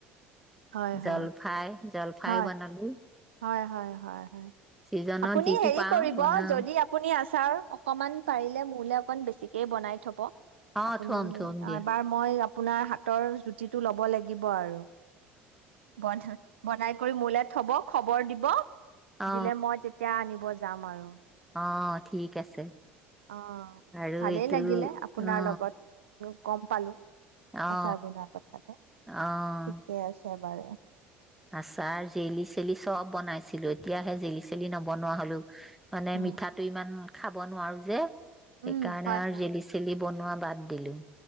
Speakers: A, on the right; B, in the centre.
A: হয়
B: জলফাই
A: হয়
B: জলফাই
A: হয়।
B: বনালো
A: হয় হয় হয় হয়
B: ছিজনত
A: আপুনি
B: যিটো
A: হেৰি
B: পাওঁ
A: কৰিব
B: বনাও
A: যদি আপুনি আচাৰ অকমান পাৰিলে মোলে অকন বেছিক বনাই থব। আপুনি
B: অ থম থম দিয়া
A: এবাৰ মই আপোনাৰ হাতৰ জুতিটো ল'ব লাগিব। লাগিব আৰু বন্ধ বনাই মোলৈ থব। খবৰ দিব।
B: অ
A: দিলে মই তেতিয়া আনিব য যাম আৰু
B: অ' ঠিক আছে।
A: অ'
B: আৰু
A: ভালেই
B: এইটো
A: লাগিলে আপোনাৰ
B: অ
A: লগত গম পালো
B: অ
A: আচাৰ বনোৱা কথাতে ঠিকে
B: অ
A: আছে। হব বাৰু।
B: আচাৰ জেলি চেলি চব বনাইছিলো এতিয়াহে জেলি চেলি নবনোৱা হলো। মানে
A: অ'।
B: মিঠাটো ইমান খাব নোৱাৰো যে। সেইকাৰণে
A: উম, হয়,
B: আৰু
A: হয়।
B: জেলি চেলি বনোৱা বাদ দিলোঁ।